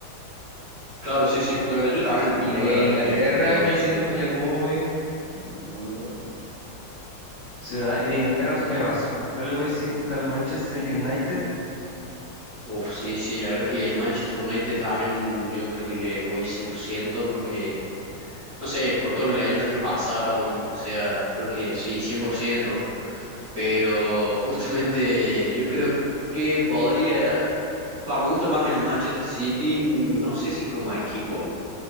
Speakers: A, on the right (about 50°); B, on the left (about 65°).
A: Claro, sí, sí, justamente. Yo también,
B: Y
A: yo
B: de
A: la verdad
B: Inglaterra
A: que le doy.
B: yo siento que le voy... mm, Sí, ¿verdad? ¿Y de Inglaterra tú a quién le vas? Porque yo le voy, siento que al Manchester United.
A: Uf, sí, sí, la verdad que el Manchester United también yo creo que le voy 100% porque no sé, por todas las leyendas que pasaron, o sea, creo que sí, cien por ciento pero <laughs> justamente yo creo que podría, va, me gusta más el Manchester City, no sé si como equipo,